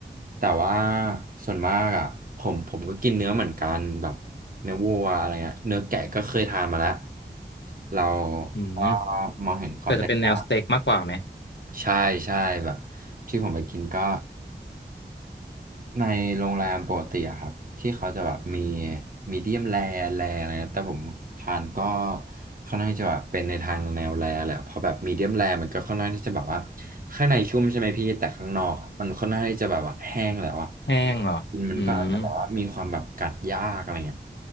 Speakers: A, on the right; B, on the left.
A: แต่ว่าส่วนมากอ่ะผมผมก็กินเนื้อเหมือนกันแบบเนื้อวัวอะไรเงี้ยเนื้อแกะก็เคยทานมาแล้วเรา
B: อืม
A: ก็มองเห็นความแตกต่าง
B: แต่จะเป็นแนวสเต็กมากกว่าไหม
A: ใช่ใช่แบบที่ผมไปกินก็ในโรงแรมปกติอะครับที่เขาจะแบบมีมีเดียมแรร์แรร์อะไรนะแต่ผมทานก็ค่อนข้างจะแบบเป็นในทางแนวแรร์แหละเพราะแบบมีเดียมแรร์มันก็ค่อนข้างที่จะแบบว่าข้างในชุ่มใช่ไหมพี่แต่ข้างนอกอะมันค่อนข้างที่จะแบบว่าแห้งแล้วอะ
B: แห้งเหรออืม
A: กินมันก็อาจจะแบบว่ามีความแบบกัดยากอะไรเงี้ย